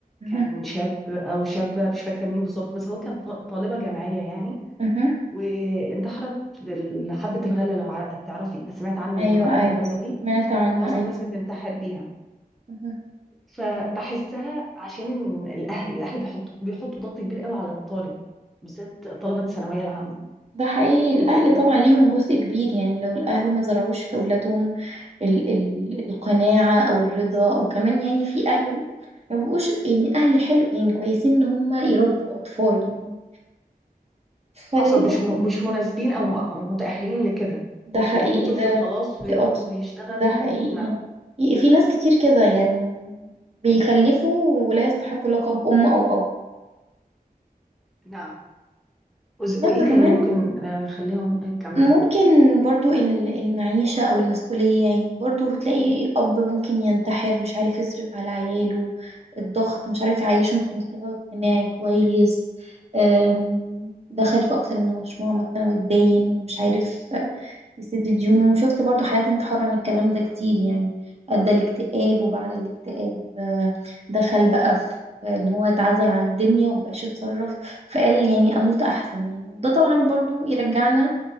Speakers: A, in the centre; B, on the right.
A: كان
B: مه.
A: شاب او شابه مش فاكره مين بالظبط بس هو كان ط- طالبه جامعيه يعني
B: مه.
A: وانتحرت بحبة الغلة لو ع- تعرفي سمعت عن
B: ايوه
A: حبة
B: ايوه
A: الغلة دي
B: سمعت عنها
A: معظم
B: ايوه
A: الناس بتنتحر بيها
B: مه.
A: فبحسها عشان إن الأهل الأهل بيحطوا بيحطوا ضغط كبير قوي على الطالب بالذات طلبة الثانوية العامة
B: ده حقيقي الأهل
A: انت إيه؟
B: طبعا ليهم جزء كبير يعني لو الأهل ما زرعوش في أولادهم ال ال القناعة أو الرضا وكمان يعني في أهل ما بقوش يعني أهل حلو يعني كويسين إن هم يربوا أطفال يعني فللأسف
A: حصل مش م- مش مناسبين أو م- أو متأهلين لكده
B: ده حقيقي
A: يجيبوا طفل
B: ده
A: خلاص ويروحوا
B: في أطفال
A: يشتغلوا
B: ده حقيقي
A: نعم
B: في ناس كتير كده يعني بيخلفوا ولا يستحقوا لقب أم أو أب
A: نعم وز-
B: بس
A: وإيه تاني
B: كمان
A: ممكن آه، خليهم آه، كمل
B: ممكن برضو ال- المعيشة أو المسؤولية يعني برضو بتلاقي أب ممكن ينتحر مش عارف يصرف على عياله الضغط مش عارف يعيشهم في مستوى اجتماعي كويس أم، دخل في أكتر من مشروع مثلا واتداين ومش عارف آه، يسد ديونه شفت برضو حالات انتحار عن الكلام ده كتير يعني أدى الاكتئاب وبعد الاكتئاب آه، دخل بقى في ان هو اتعزل عن الدنيا ومبقاش يتصرف فقال يعني اموت احسن يعني وده طبعا برضو يرجعنا